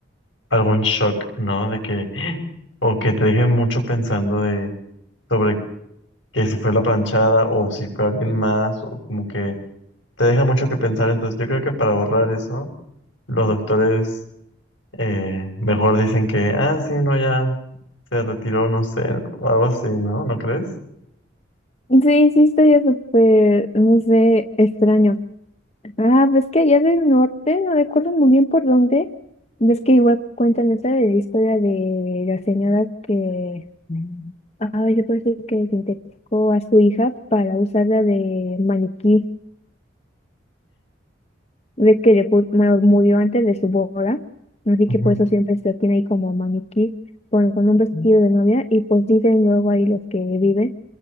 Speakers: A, on the left (about 85°); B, on the left (about 35°).
A: algún shock, ¿no? De que, <gasps> ¡Ah! o que te deje mucho pensando de, sobre que si fue la planchada o si fue alguien más, o como que te deja mucho que pensar. Entonces yo creo que para borrar eso, los doctores eh, mejor dicen que, ah, sí, no, ya se retiró, no sé, o algo así, ¿no? ¿No crees?
B: Sí, sí, estoy súper, no sé, extraño. Ah, ves que allá del norte, no recuerdo muy bien por dónde, ves que igual cuentan esa de la historia de la señora que, ah yo parece que sintetizó a su hija para usarla de maniquí, ve que le pu- bueno, murió antes de su boda, así
A: Ujú.
B: que por eso siempre se la tiene ahí como maniquí, con, con un vestido de novia, y pues dicen luego ahí los que viven.